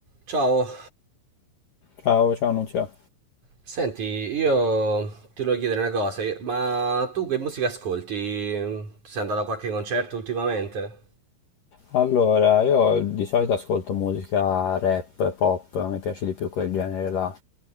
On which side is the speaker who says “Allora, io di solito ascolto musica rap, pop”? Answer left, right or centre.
Left